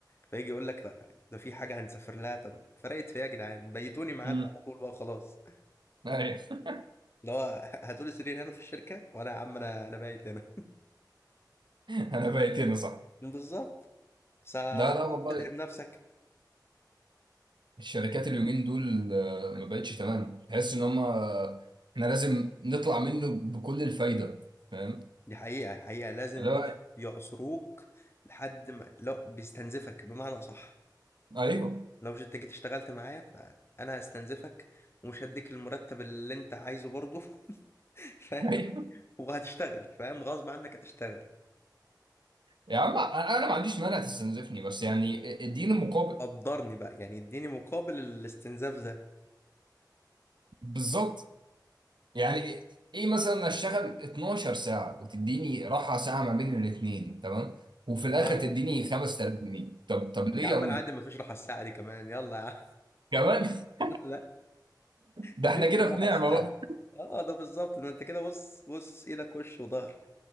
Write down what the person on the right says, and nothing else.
امم
ايوه <laughs>
انا بقيت هنا صح
لا لا والله
الشركات اليومين دول آه، ما بقتش تمام تحس ان هم آه، احنا لازم نطلع منه بكل الفايدة فاهم
لا
ايوه
ايوه
يا عم انا أنا ما عنديش مانع تستنزفني بس يعني اديني مقابل
بالظبط يعني ايه إيه مثلا اشتغل 12 ساعه وتديني راحه ساعه ما بين الاثنين تمام وفي الاخر
تديني 5000 جنيه طب طب ليه
يا ولد
كمان <laughs>
ده
احنا كده
في نعمه
بقى